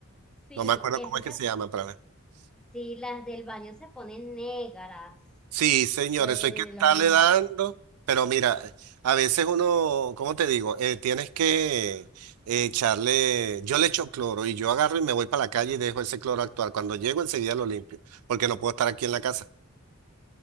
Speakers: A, in the centre; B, on the right (about 85°).
A: Sí,
B: No me acuerdo
A: eso
B: cómo es
A: se,
B: que se llama, pero.
A: Sí, las del baño se ponen negras
B: Sí, señor,
A: de, de
B: eso hay que estarle
A: la humedad.
B: dando, pero mira, a veces uno, ¿cómo te digo? Eh, tienes que eh, echarle, yo le echo cloro y yo agarro y me voy para la calle y dejo ese cloro actuar. Cuando llego enseguida lo limpio, porque no puedo estar aquí en la casa